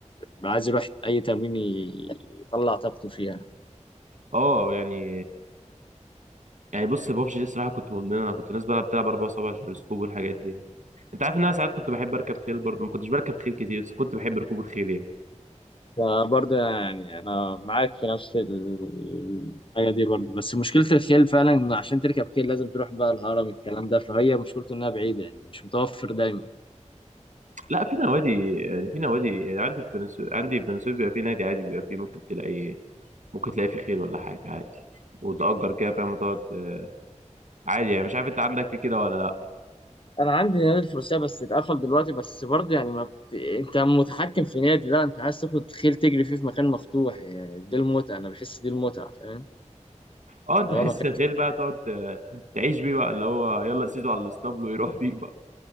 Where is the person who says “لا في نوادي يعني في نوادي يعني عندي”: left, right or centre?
Right